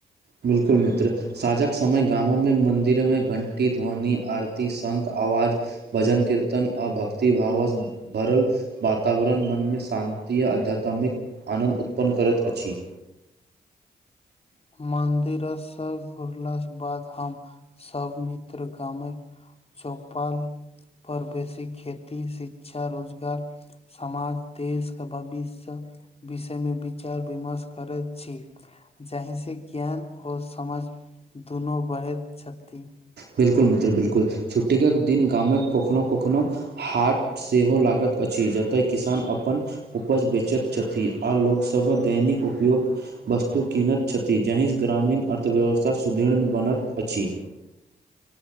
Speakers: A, on the right; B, on the left.
A: बिल्कुल मित्र साँझक समय गामो मे मन्दिर मे घण्टी ध्वनि आरती शंख आवाज भजन कीर्तन आ भक्ति भावसँ भरल वातावरण मन मे शान्ति आ आध्यात्मिक आनन्द उत्पन्न करति अछि
B: मंदिर से घुरला बाद हम सब मित्र गामे चौपाल पर बेसी खेती शिक्षा रोजगार समाज देश के भविष्य विषय मे विचार विमर्श करति छी जाहि से ज्ञान आओर समझ दुनू बढ़ति छथि
A: बिलकुल मित्र बिलकुल छुट्टी के दिन गामक कखनो कखनो हाट सेहो लागत अछि जतय किसान अपन उपज बेचत छथि आ लोक सभ दैनि उपयोग वस्तु कीनत छथि जाहिसँ ग्रामीण अर्थव्यवस्था सुदृर्ढ़ बनत अछि